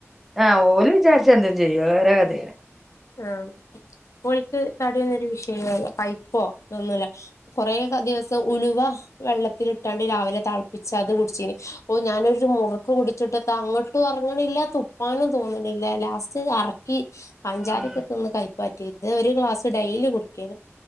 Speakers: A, in the centre; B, on the left.
A: ആഹ് ഓള്‌ വിചാരിച്ച എന്തും ചെയ്യോ വേറെ കഥ
B: ആഹ് ഓൾക്ക് തടിയുന്നൊരു വിഷയല്ല കൈപ്പൊന്നുമല്ല കൊറെക്ക ദിവസം ഉലുവ വെള്ളത്തിലിട്ടാണ്ട് രാവിലെ തിളപ്പിച്ച് അത് കുടിച്ചേന് ഓ ഞാനൊരു മുറുക്ക് കുടിച്ചിട്ട അങ്ങ് ഒട്ടും ഉറങ്ങണില്ല തുപ്പാനും തോന്നണില്ല ലാസ്റ്റ് എറക്കി പഞ്ചാരക്ക
A: ഉം
B: തിന്ന് കൈപ്പാറ്റി ഇത് ഒരു ഗ്ലാസ് ഡെയിലി കുടിക്കേ